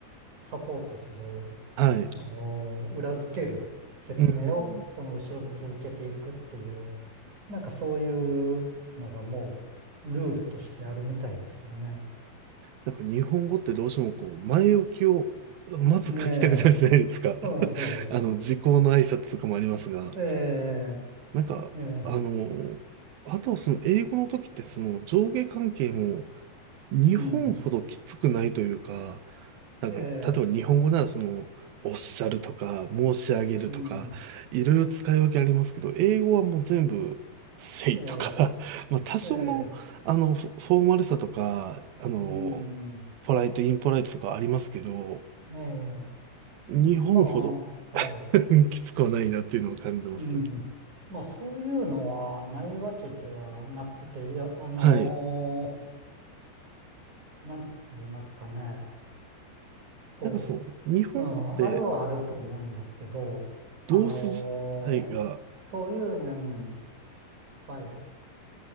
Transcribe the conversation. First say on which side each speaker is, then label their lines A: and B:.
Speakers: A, on the right; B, on the right.
A: サポートする、
B: はい。
A: あの、裏付ける説明をその後ろに続けていくっていう、
B: うん。
A: なんかそういうのがもうルールとしてあるみたいですよね。
B: なんか日本語ってどうしてもこう、前置きをまず書きたくなるじゃないですか。
A: ねえ。そうそうです。
B: <laughs> あの、時効の挨拶とかもありますが、
A: え
B: なんか、
A: え
B: あの、あとはその英語の時ってその上下関係も日本ほどきつくないというか、
A: ー、うん、
B: なんか、
A: ええ
B: 例えば日本語ならその、おっしゃるとか、申し上げるとか、
A: うん、
B: いろいろ使い分けありますけど、英語はもう全部、say
A: え
B: とか、<laughs> まあ多少の、
A: ええ
B: あの、フォフォーマルさとか、あの、
A: えうん、
B: ポライト、インポライトとかありますけど、
A: ええうん、
B: 日本ほど
A: まあ、はい、
B: <laughs> きつくはないなっていうのを感じますね。
A: うん。まあ、そういうのはないわけではなくて、いや、あの
B: はい。
A: ーなんて言いますかね。こ
B: なんかその、日本語って
A: う、うん、あるはあると思うんですけど、あのーそういう、
B: 動詞自体が
A: うん、はい、